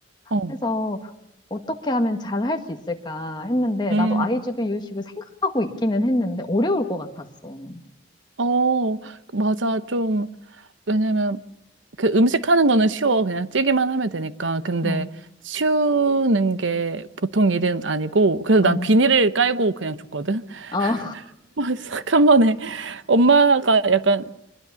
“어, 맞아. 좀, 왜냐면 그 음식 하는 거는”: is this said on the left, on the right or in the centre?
Right